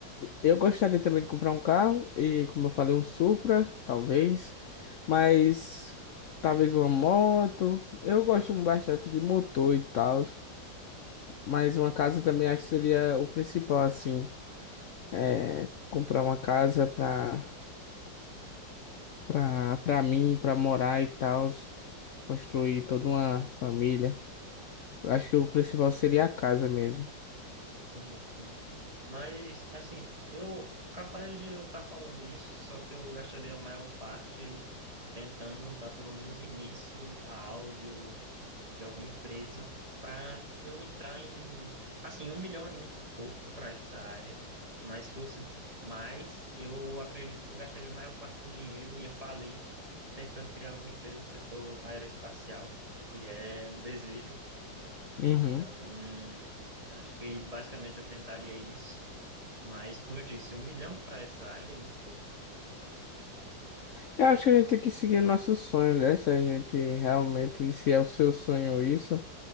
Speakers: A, on the left; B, on the right.
A: eu gostaria também de comprar um carro e, como eu falei, um Supra, talvez, mas talvez uma moto. Eu gosto bastante de motor e tal, mas uma casa também acho que seria o principal, assim, é
B: Ah,
A: comprar uma casa pra, pra, pra mim, pra morar e tal, construir toda uma família. Eu Acho que o principal seria a casa mesmo.
B: Sim, sim. Mas, assim, eu capaz de eu estar falando isso, só que eu gastaria a maior parte tentando dar pelo menos início a algo de alguma empresa para eu entrar em. Assim, um milhão é muito pouco para essa área, mas se fosse mais, eu acredito que eu gastaria a maior parte do dinheiro, ia falir tentando criar alguma empresa no setor aeroespacial, que é um desejo
A: Uhum.
B: então, acho que basicamente eu tentaria isso. Mas, como eu disse, um milhão para essa área é muito pouco.
A: Eu acho que a gente tem que seguir nosso sonho, né? Se a gente realmente, se é o seu sonho isso,